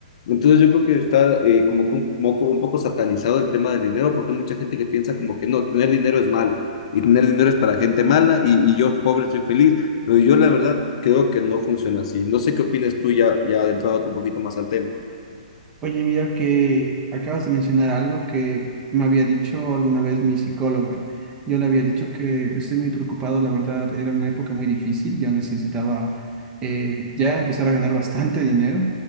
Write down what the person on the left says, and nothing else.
entonces yo creo que está eh, como que un poco, un poco satanizado el tema del dinero porque hay mucha gente que piensa como que no, tener dinero es malo y tener dinero es para gente mala y, y yo pobre estoy feliz, pero yo la verdad creo que no funciona así. No sé qué opinas tú ya, ya adentrado un poquito más al tema.